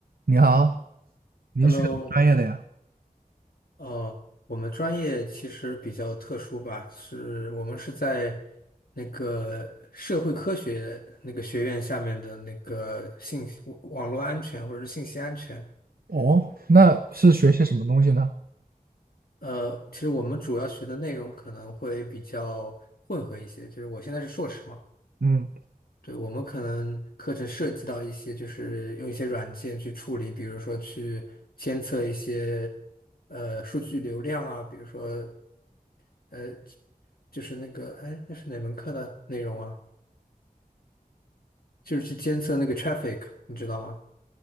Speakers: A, on the right (about 80°); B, on the left (about 80°).
A: 你好，你是学什么专业的呀？
B: Hello，呃，我们专业其实比较特殊吧，是我们是在那个社会科学那个学院下面的那个信息网网络安全或者是信息安全。
A: 哦，那是学些什么东西呢？
B: 呃，其实我们主要学的内容可能会比较混合一些，就是我现在是硕士嘛，
A: 嗯，
B: 对，我们可能课程涉及到一些，就是用一些软件去处理，比如说去监测一些呃数据流量啊，比如说。呃，就是那个，哎，那是哪门课的内容啊？就是去监测那个 traffic，你知道吗？